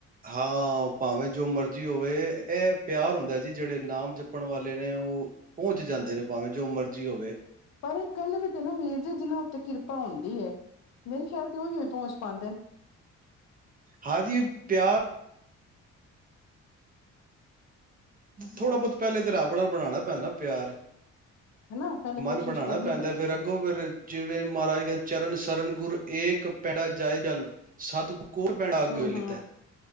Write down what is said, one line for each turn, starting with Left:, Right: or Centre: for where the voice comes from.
Right: ਹਾਂ ਭਾਵੇਂ ਜੋ ਮਰਜ਼ੀ ਹੋਵੇ ਇਹ ਪਿਆਰ ਹੁੰਦਾ ਜੀ ਜਿਹੜੇ ਨਾਮ ਜਪਣ ਵਾਲੇ ਨੇ ਉਹ। ਪਹੁੰਚ
Left: ਸਹੀ
Right: ਜਾਂਦੇ
Left: ਗੱਲ
Right: ਨੇ ਭਾਵੇਂ
Left: ਹੈ
Right: ਜੋ ਮਰਜ਼- ਜੀ ਹੋਵੇ।
Left: ਪਰ ਇੱਕ ਗੱਲ ਵੀ ਤੇ ਨਾ ਵੀਰ ਜੀ ਜਿਨਾਂ ਉੱਤੇ ਕਿਰਪਾ ਹੁੰਦੀ ਹੈ ਮੇਰੇ ਖਿਆਲ ਤੇ ਉਹੀ ਹੀ ਪਹੁੰਚ ਪਾਦੇ ਨੇ।
Right: ਹਾਂਜੀ ਪਿਆਰ ਥੋੜ੍ਹਾ ਬਹੁਤ ਪਹਿਲੇ ਤਾਂ ਰੱਬ ਨਾਲ ਬਣਾਣਾ ਪੈਦਾ ਨਾ ਪਿਆਰ।
Left: ਹਨਾ ਪਹਿਲੇ
Right: ਮਨ
Left: ਕੋਸ਼ਿਸ਼
Right: ਬਣਾਣਾ
Left: ਕਰਨੀ
Right: ਪੈਂਦਾ
Left: ਪੈਂਦੀ
Right: ਫਿਰ
Left: ਹੈ
Right: ਅੱਗੋਂ ਫਿਰ ਜਿਵੇਂ ਮਹਾਰਾਜ ਚਰਨ ਸਰਨ। ਗੁਰ ਏਕ ਪੈਂਡਾ ਜਾਇ ਜਲ ਸਤਿਗੁਰ। ਹੋਰ ਪੈਂਡਾ ਅਗੇ
Left: ਹੂੰ
Right: ਹੋਏ ਲਿੱਤਾ
Left: ਹੂੰ